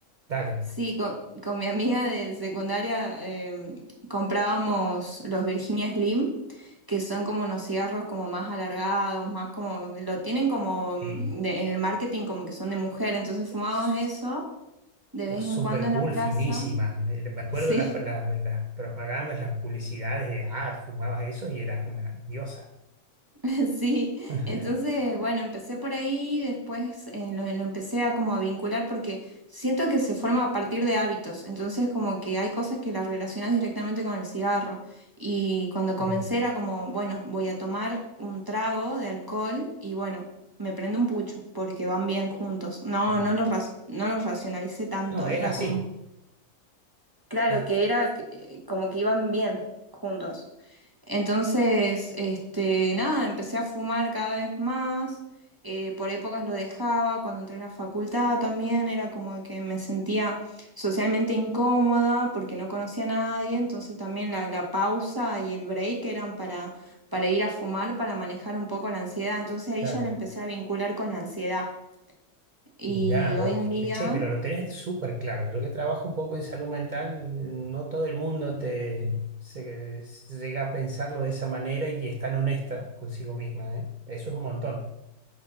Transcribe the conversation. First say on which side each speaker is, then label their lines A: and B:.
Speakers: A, on the right (about 90°); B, on the right (about 20°).
A: Dale,
B: Sí, co- con, mi amiga de secundaria em, comprábamos los Virginia Slim, que son como unos cigarros como más alargados, más como, lo tienen como mm,
A: sí.
B: de- en el marketing como que son de mujer, entonces
A: Es-
B: fumábamos eso de vez
A: es
B: en cuando en
A: cool,
B: la plaza.
A: finísima. Eh, Me acuerdo
B: sí.
A: las, las, las propagandas, las publicidades de, ah, fumabas eso y eras una diosa.
B: <laughs> Sí,
A: <laughs>
B: entonces, bueno, empecé por ahí, después eh, lo, lo empecé a como a vincular porque siento que se forma a partir de hábitos, entonces como que hay cosas que las relacionas directamente con el cigarro y cuando comencé
A: Sí,
B: era como, bueno, voy a tomar un trago de alcohol y bueno, me prendo un pucho porque van bien juntos. No,
A: claro.
B: no lo, ras- no lo racionalicé tanto,
A: No, es
B: era
A: así.
B: como, Claro,
A: Es,
B: que era que- eh, como que iban bien juntos. Entonces, este, nada, empecé a fumar cada vez más. eh, por épocas lo dejaba, cuando entré a la facultad también era como que me sentía socialmente incómoda porque no conocía a nadie, entonces también la, la pausa y el break eran para, para ir a fumar, para manejar un poco la ansiedad, entonces
A: claro
B: ahí ya lo empecé a vincular con la ansiedad. Y
A: Mirá
B: hoy
A: vos,
B: en día,
A: che, pero lo tenés súper claro. Yo que trabajo un poco en salud mental, no todo el mundo te se- se llega a pensarlo de esa manera y es tan honesta consigo misma, ¿eh? Eso es un montón.